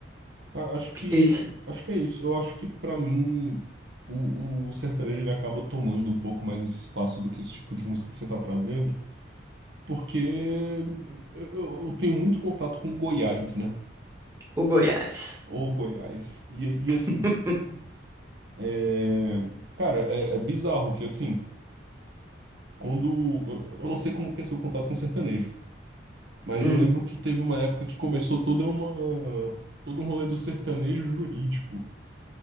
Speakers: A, on the right; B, on the right.
A: A- Acho que
B: Isso.
A: acho que é isso. Eu acho que pra mim o, o sertanejo ele acaba tomando um pouco mais esse espaço do que esse tipo de música que você tá trazendo, porque eu, eu- eu tenho muito contato com Goiás, né?
B: O Goiás.
A: Ou Goiás. E, e
B: <laughs>
A: assim, é, cara, é, é bizarro que assim, quando eu, eu não sei como que é seu contato com sertanejo. Mas
B: Hum,
A: eu lembro que teve uma época que começou toda uma, todo um rolê do sertanejo jurídico.